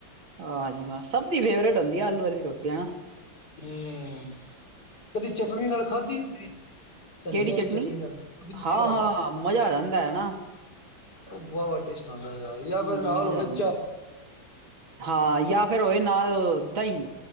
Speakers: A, on the right; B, on the left.
A: ਹਾਂ ਜੀ ਹਾਂ ਸਭ ਦੀ ਫੇਵਰੇਟ ਹੁੰਦੀ ਆਲੂ ਵਾਲੀ ਰੋਟੀ ਹੈ ਨਾ।
B: ਹਮ ਕਦੀ ਚਟਨੀ ਨਾਲ ਖਾਧੀ ਤੁਸੀਂ। ਧਨੀਏ
A: ਕਿਹੜੀ
B: ਵਾਲੀ
A: ਚਟਨੀ
B: ਨਾਲ ਪੁਦੀਨੇ
A: ਹਾਂ
B: ਨਾਲ
A: ਹਾਂ ਮਜ਼ਾ ਆ ਜਾਂਦਾ ਹੈ ਨਾ?
B: ਉਹ ਬਹੁਤ ਟੇਸਟ ਆਉਂਦਾ ਯਾਰ ਯਾ
A: ਹਮ,
B: ਫਿਰ ਨਾਲ
A: ਮਜ਼ਾ
B: ਹੋਵੇ
A: ਆ ਜਾਂਦਾ
B: ਚਾ
A: ਹਾਂ ਜਾਂ ਫਿਰ ਹੋਏ ਨਾਲ ਦਹੀਂ।